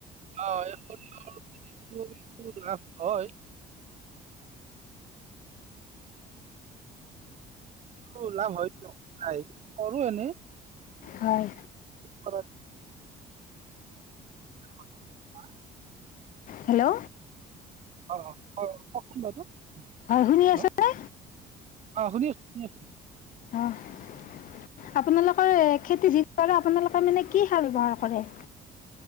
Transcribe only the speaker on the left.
হয়।
হেল্ল'
হয় শুনি
আছেনে
অহ, আপোনালোকৰ খেতি যিটো কৰে আপোনালোকে মানে কি সাৰ ব্যৱহাৰ কৰে।